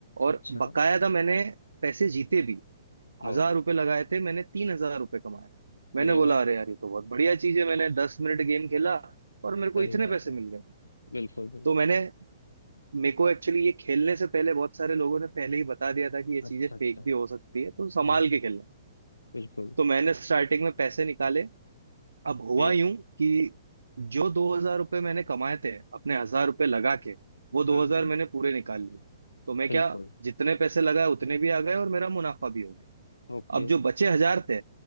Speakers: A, on the left (about 80°); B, on the right (about 70°).
A: अच्छा
B: और बकायदा मैंने पैसे जीते भी हजार
A: ओ
B: रुपए लगाए थे मैंने तीन हजार रुपए कमाए मैंने
A: अरे
B: बोला
A: वाह
B: अरे यार ये तो बहुत बढ़िया चीज है मैंने दस मिनट गेम खेला और मेरे को
A: सही
B: इतने
A: बात
B: पैसे
A: है
B: मिल गए
A: बिल्कुल बिल्कुल
B: तो मैंने मेरे को एक्चुअली ये खेलने से पहले बहुत सारे लोगों ने पहले ही बता दिया था कि ये
A: अच्छा
B: चीजें
A: अच्छा
B: फेक भी हो सकती है तो संभाल
A: हाँ
B: के खेलना।
A: बिल्कुल
B: तो मैंने स्टार्टिंग में पैसे निकाले अब हुआ
A: ठीक
B: यूं कि जो दो हजार रुपये मैंने कमाए थे अपने हजार रुपये लगा के वो दो
A: हाँ
B: हजार
A: हाँ
B: मैंने पूरे निकाल लिए तो मैं
A: बिल्कुल
B: क्या जितने पैसे लगाए उतने भी आ गए और मेरा मुनाफा भी हो गया
A: ओके
B: अब जो बचे हजार थे